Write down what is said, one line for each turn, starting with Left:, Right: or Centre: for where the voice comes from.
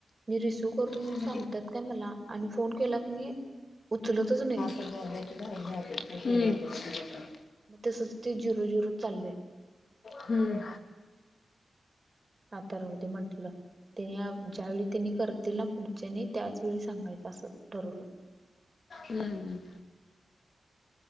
Right: मी रिसीव करतो म्हणून
Left: हम्म,
Right: सांगत्यात, काय मला आणि फोन केला कणी मग उचलतच नाही.
Left: हं.
Right: मग तसंच ते झिरो झिरो चालय.
Left: हम्म.
Right: आता राहू दे म्हंटलं तेने, ज्यावेेळी त्यांनी करतील ना पुढच्याने. त्यांच वेेळी सांगायचं असं ठरवलं.
Left: हम्म.